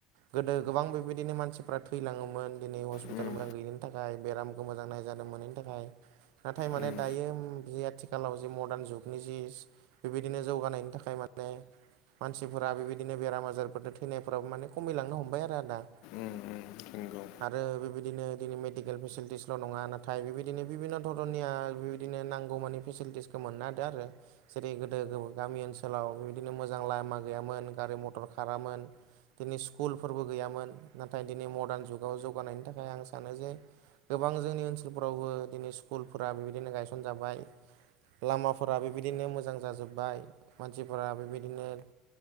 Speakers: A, on the right (about 80°); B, on the left (about 75°).
A: गोदो गोबां बेबायदिनो मानसिफ्रा थैलाङोमोन दिनै हस्पिटाल
B: उम
A: मोजां गैयिनि थाखाय बेरामखौ मोजां नायजानो मोनैनि बेनिन थाखाय नाथाय माने
B: उम
A: दायो बे आथिखालाव जि मरदान जुगनि जि बेबायदिनो जौगानायनि थाखाय माने मानसिफोरा बेबायदिनो बेराम आजारफोरदो थैनायफ्राबो माने खमिलांनो हमबाय आरो आदा।
B: ओम ओम नंगौ
A: आरो बेबायदिनो दिनै मेडिकेल फेसिलिटिसल' नङा नाथाय बेबाय -दिनो बिभिन्न' धरननिया बिदिनो नांगौमानि फेसिलिटिसखौ मोननो हादों आरो। जेरै गोदो गामि ओनसोलाव बेबायदिनो मोजां लामा गैयामोन गारि मथर खारामोन दिनै स्कुलफोरबो गैयामोन नाथाय दिनै मदार्न जुगाव जौवगानायनि थाखाय आं सानो जे गोबां जोंनि ओनसोलफोरावबो दिनै स्कुलफोरा बेबायदिनो गायसनजाबाय लामाफोरा बेबायदिनो मोजां जाजोब्बाय मानसिफोरा बेबायदिनो